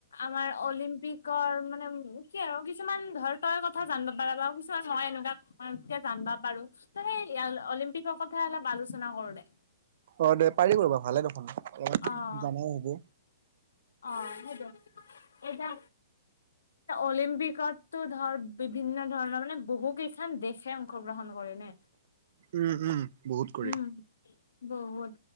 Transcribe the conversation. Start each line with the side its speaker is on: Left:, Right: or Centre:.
Left: আমাৰ অলিম্পিকৰ মানে কি আৰু কিছুমান ধৰ তই কথা জানিব পাৰ বা কিছুমান মই এনেকুৱা মইয়া জানবা পাৰো ত সেই অলিম্পিকৰ কথা অলপ আলোচনা কৰো দে।
Right: অ, দে পাৰি ৰ'বা ভালে দেখোন অল
Left: অ',
Right: জানাও হ'ব।
Left: অ, সেইটো এইতা অলিম্পিকতো ধৰ বিভিন্ন ধৰণৰ মানে বহু কেইখন দেশে অংশগ্ৰহণ কৰেনে,
Right: উম উম বহুত কৰি
Left: উম। বহুত